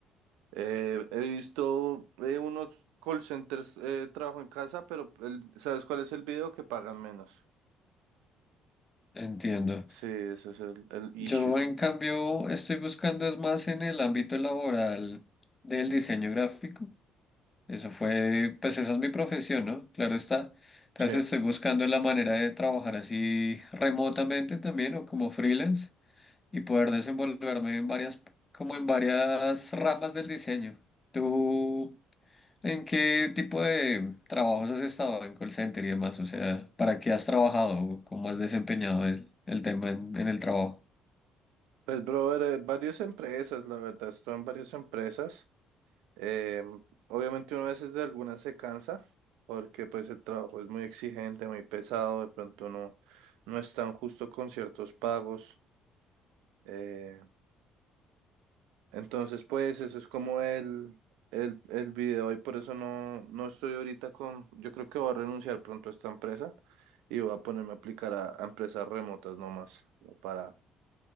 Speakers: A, on the right (about 80°); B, on the left (about 25°).
A: Eh, he visto eh, unos call centers eh, trabajo en casa, pero el- ¿sabes cuál es el video? Que pagan menos.
B: Entiendo.
A: Sí, ese es el, el issue.
B: Yo en cambio estoy buscando es más en el ámbito laboral del diseño gráfico. Eso fue, pues esa es mi profesión, ¿no? Claro está. Entonces
A: Sí.
B: estoy buscando la manera de trabajar así remotamente también o como freelance y poder desenvolverme en varias, como en varias ramas del diseño. ¿Tú en qué tipo de trabajos has estado en call center y demás? O sea, ¿para qué has trabajado? ¿Cómo has desempeñado el, el tema en, en el trabajo?
A: Pues, brother, eh, varias empresas, la verdad, estoy en varias empresas. Eh, obviamente uno a veces de algunas se cansa porque pues el trabajo es muy exigente, muy pesado, de pronto no, no es tan justo con ciertos pagos. Eh, Entonces, pues eso es como el, el, el video y por eso no, no estoy ahorita con, yo creo que voy a renunciar pronto a esta empresa y voy a ponerme a aplicar a, a empresas remotas nomás, como para,